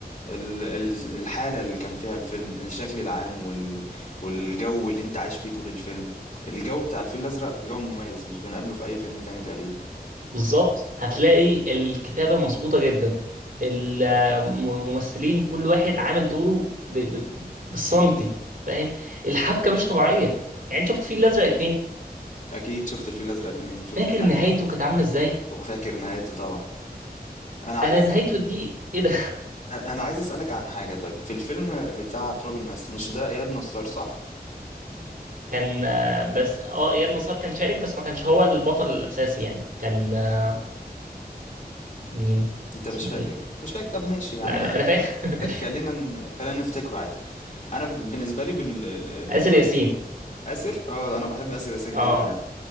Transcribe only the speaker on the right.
بالظبط هتلاقي الكتابة مظبوطة جدا الممثلين كل واحد عامل دوره ب... ب... بالسنتي فاهم الحبكة مش طبيعية يعني شفت فيل الأزرق اتنين
فاكر
نهايته كانت عاملة ازاي
انا نهايته دي ايه ده
<laughs> كان آه، بس اه اياد نصار كان شارك بس ما كانش هو البطل الاساسي يعني كان آه، مين
اسمه
ايه
لا انا
انا فاكر
<laughs> آسر ياسين
اه